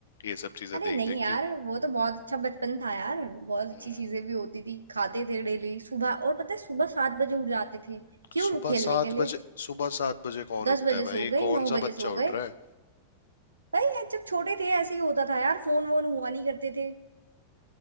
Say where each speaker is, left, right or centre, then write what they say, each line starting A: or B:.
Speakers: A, on the left (about 65°); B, on the right (about 80°).
A: ये सब चीजें
B: अरे
A: देख
B: नहीं
A: देख
B: यार
A: के
B: वो तो बहुत अच्छा बचपन था यार बहुत अच्छी
A: हम्म
B: चीजें भी होती थी खाते थे डेली सुबह और पता है सुबह सात बजे उठ जाते थे क्यों
A: सुबह
B: खेलने
A: सात
B: के लिए
A: बजे सुबह सात बजे कौन
B: दस
A: उठता
B: बजे
A: है
B: सो
A: भाई
B: गए
A: कौन
B: नौ
A: सा
B: बजे
A: बच्चा
B: सो
A: उठ
B: गए
A: रहा है
B: भाई यार जब छोटे थे ऐसे ही होता था यार फोन वोन हुआ नहीं करते थे